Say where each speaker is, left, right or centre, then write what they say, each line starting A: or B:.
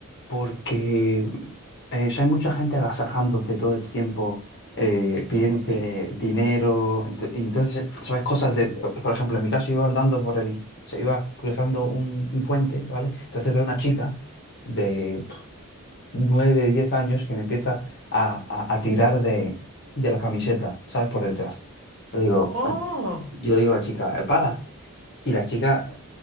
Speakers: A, on the left (about 50°); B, on the right (about 55°).
A: porque eh, o sea, hay mucha gente agasajándote todo el tiempo, eh,
B: <laughs>
A: pidiéndote
B: Sí.
A: dinero, ent- y entonces, ¿sabes? Cosas de, por ejemplo, en mi caso iba andando por el, se iba cruzando un, un puente, ¿vale? Entonces veo una chica de 9 10 años que me empieza a, a- a tirar de, de la camiseta, ¿sabes? Por detrás. Le digo,
B: Oh,
A: yo le digo a la chica, "Eh, para. Y la chica